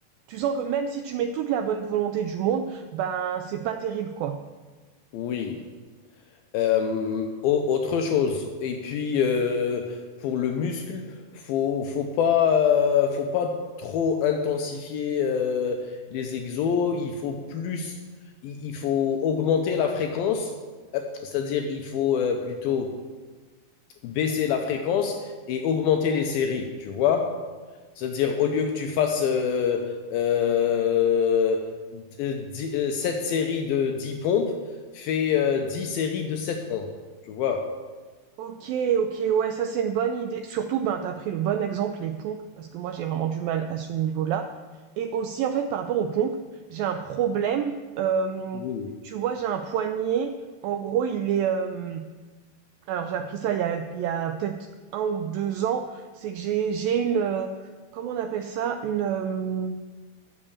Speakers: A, on the right (about 85°); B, on the left (about 75°).
A: tu sens que même si tu mets toute la bonne volonté du monde, ben c'est pas terrible quoi.
B: Oui. Hem, au autre chose et puis, heu, pour le muscle, faut faut pas, heu, faut pas trop intensifier, heu, les exos. Il faut plus, il il faut augmenter la fréquence, heu, c'est-à-dire il faut, heu, plutôt baisser la fréquence et augmenter les séries, tu vois. C'est-à-dire, au lieu que tu fasses euh, euh, dix- euh, séries de 10 pompes, fais euh, 10 séries de 7 pompes, tu vois.
A: Ok, ok, ouais, ça c'est une bonne idée. Surtout, ben, t'as pris le bon exemple, les pompes, parce que moi j'ai vraiment du mal à ce niveau-là. Et aussi, en fait, par rapport aux pompes, j'ai un problème. euh,
B: Oui.
A: tu vois, j'ai un poignet. En gros, il est, euh, Alors j'ai appris ça il y a, il y a peut-être un ou deux ans, c'est que j'ai j'ai une euh, comment on appelle ça une euh,